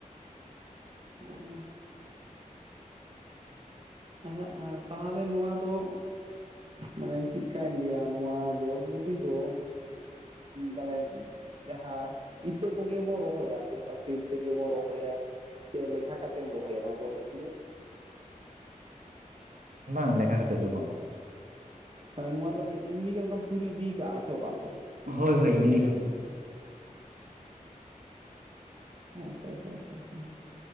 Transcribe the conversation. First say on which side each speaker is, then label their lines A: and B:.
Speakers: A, on the right; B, on the right.
A: ᱦᱩᱸ ᱟᱪᱪᱷᱟ ᱮ ᱛᱟᱦᱚᱞᱮ ᱱᱚᱣᱟ ᱫᱚ ᱢᱟᱱᱮ ᱪᱮᱫᱠᱟᱧ ᱞᱟᱹᱭᱟ ᱱᱚᱣᱟ ᱵᱚᱨᱵᱩᱰᱤ ᱫᱚ ᱢᱟᱱᱮ ᱡᱟᱦᱟᱸ ᱤᱛᱟᱹ ᱠᱚᱜᱮ ᱵᱚᱱ ᱨᱚᱦᱚᱭᱟ ᱟᱨᱠᱤ ᱱᱚᱝᱠᱟ ᱥᱤᱨᱥᱤᱨ ᱜᱮᱵᱚᱱ ᱨᱚᱦᱚᱭᱟ᱾ ᱥᱮ ᱞᱮᱠᱷᱟ ᱠᱟᱛᱮᱢ ᱨᱚᱦᱚᱭᱟ ᱱᱚᱣᱟ ᱵᱚᱨᱵᱩᱚᱴᱤ ᱫᱚ?
B: ᱵᱟᱝ ᱞᱮᱠᱷᱟ ᱠᱟᱛᱮᱫ ᱫᱚ ᱵᱟᱝ᱾
A: ᱢᱟᱱᱮ ᱱᱚᱣᱟ ᱫᱚ ᱮᱢᱱᱤᱜᱮ ᱱᱚᱝᱠᱟᱢ ᱪᱩᱨᱩᱡ ᱤᱫᱤ ᱟᱠᱟ ᱥᱮ ᱚᱠᱟ ᱞᱮᱠᱟ?
B: ᱦᱳᱭ ᱦᱳᱭ ᱮᱢᱱᱤ ᱜᱮ
A: ᱟᱪᱪᱷᱟ ᱟᱪᱪᱷᱟ ᱪᱷᱟ ᱪᱷᱟ᱾